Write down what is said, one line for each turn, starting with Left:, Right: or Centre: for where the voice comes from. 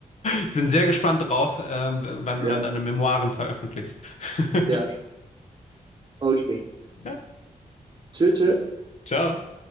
Left: Ich bin sehr gespannt drauf, ähm, wann du
Right: Ja,
Left: dann deine Memoiren veröffentlichst. <laughs>
Right: ja, okay.
Left: Ja,
Right: Tschüss, tschüss.
Left: ciao.